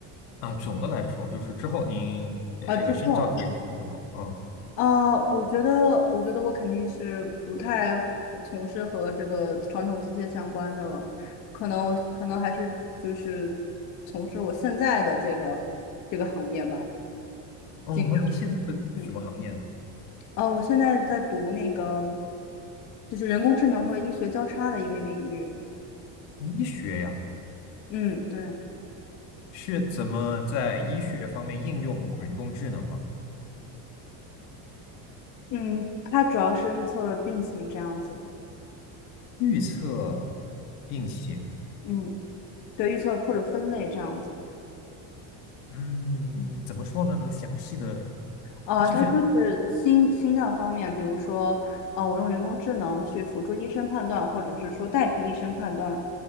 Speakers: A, on the left; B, on the left.
A: 啊，总的来说，就是之后您呃这个深造结束之后，
B: 啊？之后
A: 嗯
B: 啊，我觉得，我觉得我肯定是不太从事和这个传统机械相关的了，可能我可能还是就是从事我现在的这个这个行业吧。
A: 嗯，
B: 进
A: 那您现在是什么行业呢？
B: 嗯，呃，我现在在读那个就是人工智能和医学交叉的一个领域。
A: 医学呀，
B: 嗯，对，
A: 是怎么在医学方面应用人工智能吗？
B: 嗯，它主要是预测病情这样子。
A: 预测病情，
B: 嗯。对，预测或者分类这样子。
A: 嗯，
B: 嗯
A: 怎么说呢？能详细的
B: 呃，
A: 就是
B: 它就是心心脏方面，比如说，呃，我用人工智能去辅助医生判断，或者是说代替医生判断，